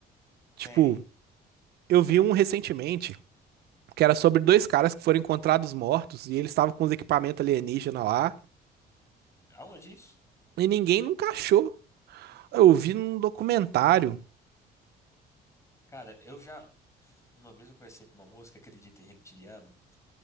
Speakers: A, on the right; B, on the left.
A: Tipo,
B: Tem.
A: eu vi um recentemente que era sobre
B: Ah.
A: dois caras que foram encontrados mortos e eles estavam com os equipamentos alienígena lá
B: Aonde isso?
A: e ninguém nunca achou. Eu vi num documentário.
B: Cara, eu já. Uma vez eu conversei com uma moça que acredita em reptiliano,